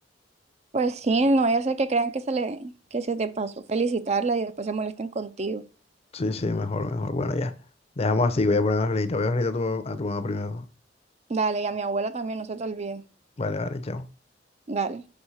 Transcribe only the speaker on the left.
Sí, sí, mejor, mejor. Bueno, ya. Dejamos así, voy a ponerme a felicitar. Voy a felicitar a tu, a tu mamá primero.
Vale, vale, chao.